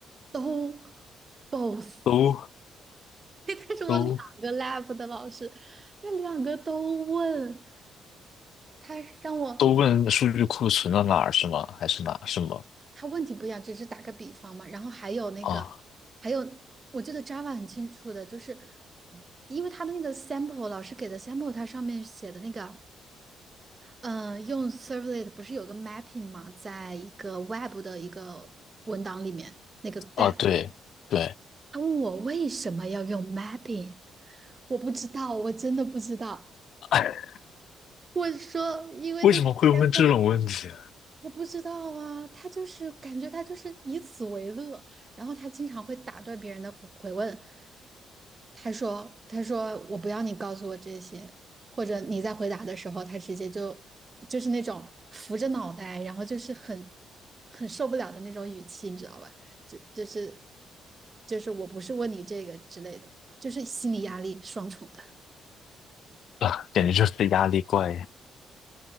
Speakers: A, on the right (about 30°); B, on the left (about 65°).
A: 都 both
B: 都
A: 但是我两个
B: 都
A: lab 的老师，他两个都问，他让我
B: 都问数据库存到哪儿是吗？还是哪是吗？
A: 他问题不一样，只是打个比方嘛。然后还有那个，
B: 啊
A: 还有我记得 Java 很清楚的，就是因为他的那个 sample 老师给的 sample，它上面写的那个，呃，用 servlet 不是有个 mapping 嘛，在一个 web 的一个文档里面，那个但
B: 啊？对对，
A: 他问我为什么要用 mapping，我不知道，我真的不知道。
B: <laughs>
A: 我说，因为这个节目
B: 为什么会问这种问题
A: 我不知道啊，他就是感觉他就是以此为乐，然后他经常会打断别人的回回问，他说他说我不要你告诉我这些，或者你在回答的时候，他直接就就是那种扶着脑袋，然后就是很很受不了的那种语气，你知道吧？就就是就是我不是问你这个之类的，就是心理压力双重的，
B: 啊？<laughs> 感觉就是压力怪。